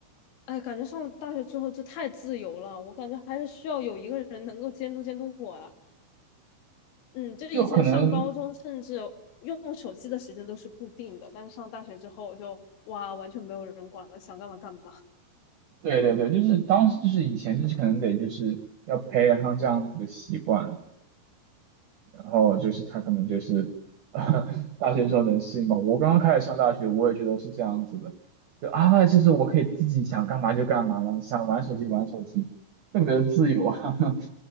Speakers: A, on the left; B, on the right.
A: 哎，感觉上了大学之后就太自由了，我感觉还是需要有一个人能够监督监督我啊。嗯，就是以前上高中，
B: 就可能
A: 甚至用手机的时间都是固定的，但是上大学之后我就哇，完全没有人管了，想干嘛干嘛。
B: 对对对，就是当时就是以前就是可能得就是要培养上这样子的习惯。然后就是他可能就是，<laughs> 大学的时候能适应嘛。我刚刚开始上大学，我也觉得是这样子的，就啊，就是我可以自己想干嘛就干嘛了，想玩手机玩手机，特别的自由啊。<laughs>